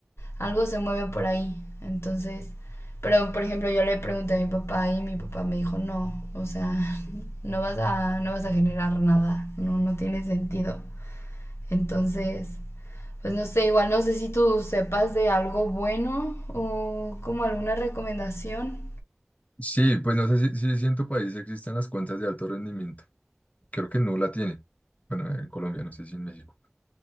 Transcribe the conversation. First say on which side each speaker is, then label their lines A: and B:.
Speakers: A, on the left (about 70°); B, on the left (about 30°).
A: algo se mueve por ahí. Entonces, pero por ejemplo, yo le pregunté a mi papá y mi papá me dijo, no, o sea, <laughs> no vas a, no vas a generar nada, no, no tiene sentido. Entonces, pues no sé, igual no sé si tú sepas de algo bueno o como alguna recomendación.
B: Sí, pues no sé si, si, si en tu país existen las cuentas de alto rendimiento. Creo que no la tiene. Bueno, en Colombia, no sé si en México.